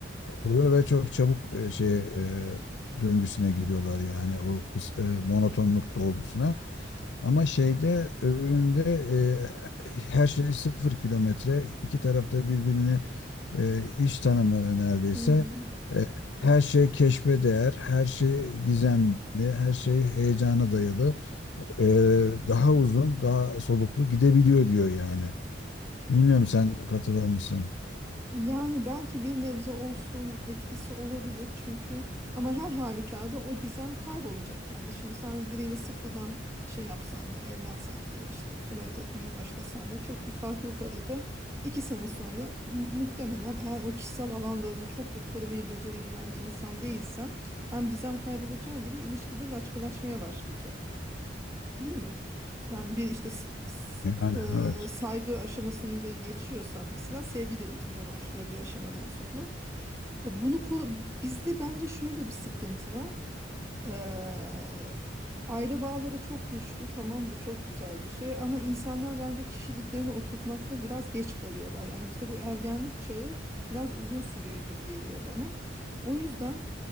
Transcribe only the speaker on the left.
oluyor ve çok çabuk e, şey e, döngüsüne giriyorlar yani o kıs- e, monotonluk dolgusuna. Ama şeyde öbüründe e, her şey sıfır kilometre. İki tarafta birbirini e, hiç tanımıyor neredeyse.
E, her şey keşfe değer, her şey gizemli, her şey heyecana dayalı. E, daha uzun, daha soluklu gidebiliyor diyor yani. Bilmiyorum sen katılır mısın?
Yani evet.